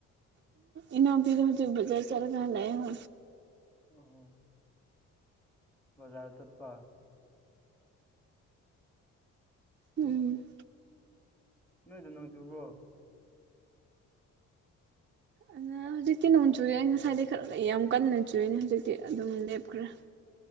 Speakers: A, on the right; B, in the centre.
A: ꯏꯅꯥ ꯐꯗ ꯍꯧꯖꯤ ꯖꯔ ꯆꯂꯒ ꯍꯗ ꯍ
B: ꯑꯣ ꯕꯖꯥꯔ ꯆꯠꯄ
A: ꯎꯝ
B: ꯅꯣꯏꯗꯣ ꯅꯣꯡ ꯆꯨꯕ꯭ꯔꯣ
A: ꯑꯗ ꯍꯧꯖꯤꯛꯇꯤ ꯅꯣꯡ ꯆꯨꯏꯌꯦ ꯉꯁꯥꯏꯗꯤ ꯈꯔꯒ ꯌꯥꯝ ꯀꯟꯅ ꯆꯨꯏꯅꯦ ꯍꯧꯖꯤꯛꯇꯤ ꯑꯗꯨꯝ ꯂꯦꯞꯈ꯭ꯔꯦ